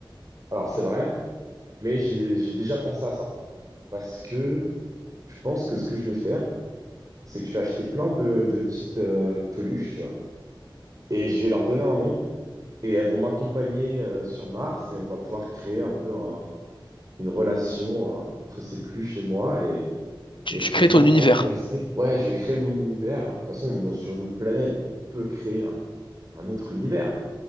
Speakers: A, on the right; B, on the left.
A: Alors c'est vrai, mais j'ai j'ai déjà pensé à ça parce que je pense que ce que je vais faire, c'est que je vais acheter plein de, de petites euh, peluches, tu vois, et je vais leur donner un nom. et elles vont m'accompagner euh, sur Mars et on va pouvoir créer un peu un- une relation hein, entre ces pluches et moi et,
B: Tu,
A: et
B: tu
A: finalement
B: crées ton
A: remplacer.
B: univers.
A: Ouais, je vais créer mon univers. De toute façon, on est dans- sur une autre planète. On peut créer un, un autre univers.